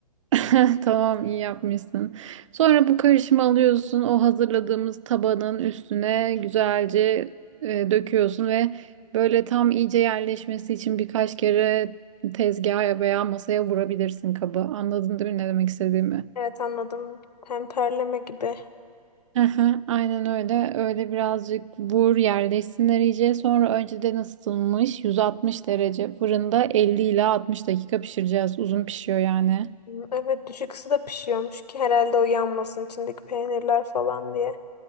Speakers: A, on the right (about 50°); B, on the left (about 80°).
A: <laughs> Tamam iyi yapmışsın. Sonra bu karışımı alıyorsun. O hazırladığımız tabanın üstüne güzelce e, döküyorsun ve böyle tam iyice yerleşmesi için birkaç kere tezgaha veya masaya vurabilirsin kabı. Anladın değil mi ne demek istediğimi?
B: Evet anladım. Temperleme gibi.
A: Aha, aynen öyle. Öyle birazcık vur yerleşsinler iyice. Sonra önceden ısıtılmış 160 derece fırında 50 ila 60 dakika pişireceğiz. Uzun pişiyor yani.
B: Hı, Evet düşük ısıda pişiyormuş ki herhalde o yanmasın içindeki peynirler falan diye.